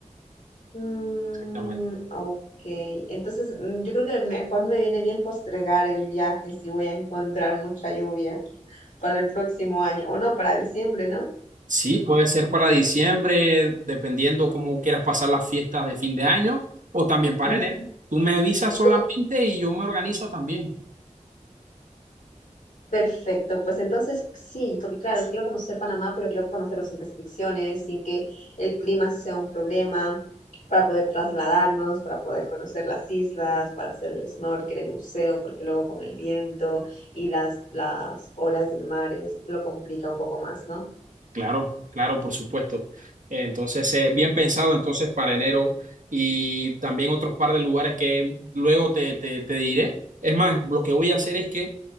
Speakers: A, on the left; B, on the right.
A: Mm,
B: exactamente.
A: ok, entonces mm, yo creo que mejor me viene bien postergar el viaje si voy a encontrar mucha lluvia para el próximo año, o no, para diciembre, ¿no?
B: Sí, puede ser para diciembre, dependiendo cómo quieras pasar las fiestas de fin de año, o también para
A: Ujú.
B: enero. Tú me avisas
A: Y
B: solamente
A: como,
B: y yo me organizo también.
A: Perfecto, pues entonces sí, porque claro, quiero conocer Panamá, pero quiero conocerlo sin restricciones, sin que el clima sea un problema, para poder trasladarnos, para poder conocer las islas, para hacer el snorkel, el buceo, porque luego con el viento y las, las olas del mar es- lo complica un poco más, ¿no?
B: Claro, claro, por supuesto. Eh, Entonces, eh, bien pensado entonces para enero y también otros par de lugares que luego te, te, te diré. Es más, lo que voy a hacer es que